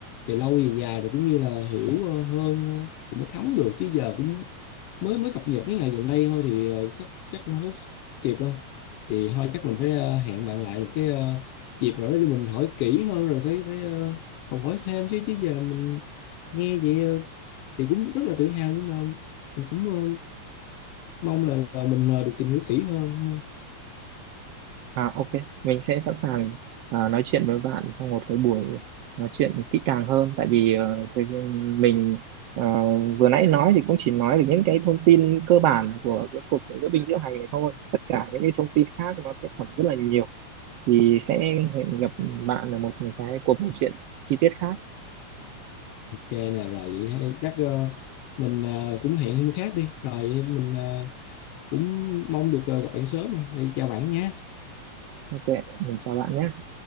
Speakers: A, on the left (about 80°); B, on the right (about 70°).
A: về lâu về dài rồi cũng như là hiểu ờ, hơn ờ, thì mới thấm được chứ giờ cũng mới mới cập nhật mấy ngày gần đây thôi thì ờ, chắc chắc không có kịp đâu thì thôi chắc mình phải ờ, hẹn bạn lại một cái ờ, dịp rồi đó để mình hỏi kỹ hơn rồi phải phải ờ, học hỏi thêm chứ chứ giờ mình nghe vậy ờ, thì cũng rất là tự hào nhưng mà mình cũng ờ, mong là, là mình ờ, được tìm hiểu kỹ hơn
B: à ok mình sẽ sẵn sàng ờ, nói chuyện với bạn trong một cái buổi nói chuyện kỹ càng hơn tại vì ờ, thời gian mình ờ, vừa nãy nói thì cũng chỉ nói được những cái thông tin cơ bản của cái cuộc diễu binh diễu hành này thôi tất cả những cái thông tin khác nó sẽ còn rất là nhiều thì sẽ hẹn gặp bạn ở một cái cuộc nói chuyện chi tiết khác
A: Ok nè rồi vậy hay. Chắc ờ, mình ờ, cũng hẹn hôm khác đi. Rồi mình ờ, cũng mong được ờ, gặp bạn sớm rồi. Đi chào bạn nha.
B: ok ok, mình chào bạn nhé